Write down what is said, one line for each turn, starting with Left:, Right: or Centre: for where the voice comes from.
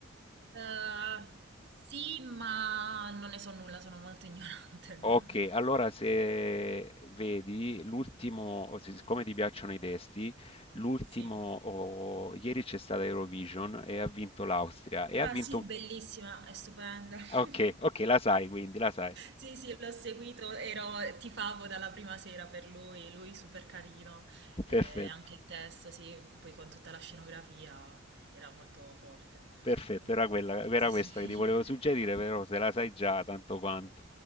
Right: Eh, sì, ma non ne so nulla, sono molto ignorante.
Left: Ok, allora
Right: <laughs>
Left: se vedi l'ultimo, o se- siccome ti piacciono i testi, l'ultimo,
Right: Sì.
Left: oh, ieri c'è stata Eurovision e ha vinto l'Austria e ha
Right: Ah
Left: vinto
Right: sì,
Left: un...
Right: bellissima, è stupenda. <laughs>
Left: Ok, ok, la sai quindi, la sai.
Right: Sì, sì, l'ho seguito, ero, tifavo dalla prima sera per lui, lui super carino, eh,
Left: Perfetto.
Right: anche il testo, sì, poi con tutta la scenografia era molto forte,
Left: Perfetto,
Right: molto
Left: era
Right: potente.
Left: quella era
Right: Sì,
Left: questa
Right: sì.
Left: che ti volevo suggerire,
Right: <laughs>
Left: però se la sai già tanto quanto.